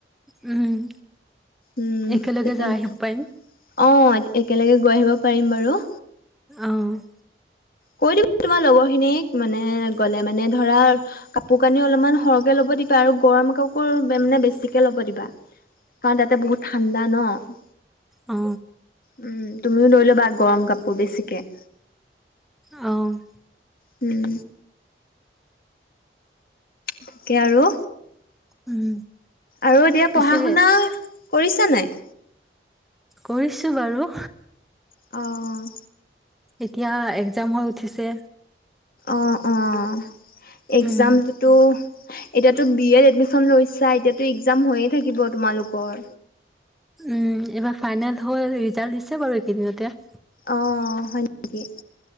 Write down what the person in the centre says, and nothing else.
উম,
একেলগে
যাই
আহিব পাৰিম।
অ'।
অ
অ'।
উম
পিছে
কৰিছো বাৰু।
এতিয়া এগজাম হৈ উঠিছে।
উম
উম, এইবাৰ ফাইনেল হ'ল, ৰিজাল্ট দিছে বাৰু এইকেইদিনতে।